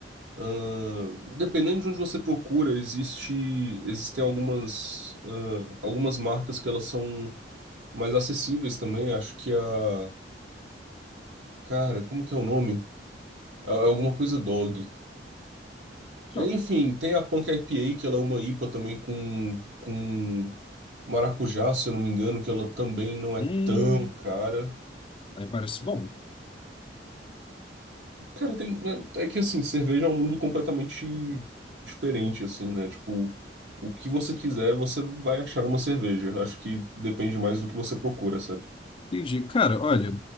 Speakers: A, on the right (about 70°); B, on the left (about 30°).
A: Ahn, dependendo de onde você procura, existe, existem algumas, ahn, algumas marcas que elas são mais acessíveis também. Acho que a. Cara, como que é o nome? É é alguma coisa dog. Enfim,
B: Ah,
A: tem a Punk IPA, que ela é uma IPA também com, com maracujá, se eu não me engano, que ela também não é
B: Hum,
A: tão cara.
B: aí parece bom.
A: Cara, tem, é é que assim, cerveja é um mundo completamente diferente, assim, né? Tipo, o que você quiser, você vai achar uma cerveja. Acho que depende mais do que você procura, sabe?
B: Entendi. Cara, olha,